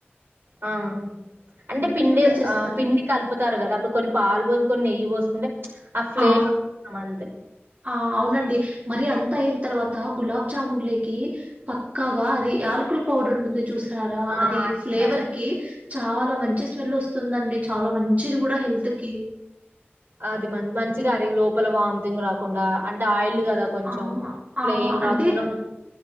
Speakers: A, on the right; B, on the right.
A: ఆ అంటే పిండి
B: మీరు ఎలా చేస్తారండి
A: ఆ పిండి కలుపుతారు గదా అప్పుడు కొన్ని పాలు పోసి కొన్ని నెయ్యి పోసుకుంటే ఫ్లేవర్
B: ఆ
A: కోసం అంతే
B: ఆ అవునండి. మరీ అంత అయిన్ తర్వాత గులాబ్ జామున్ లేకీ పక్కాగా అది యాలకుల్ పౌడర్ ఉంటి చూసినారా
A: ఆ
B: అది ఫ్లేవర్
A: ఉండాలి
B: కి చాలా మంచి స్మెల్ వస్తుందండి. చాలా మంచిది కూడా హెల్త్ కీ.
A: అది మం మంచిగా అరె లోపల వామితింగ్ రాకుండా అంటే ఆయిల్ కదా కొంచెం
B: ఆ
A: అట్లా
B: ఆ
A: ఏం
B: అంటే
A: కాకుండా ఉం-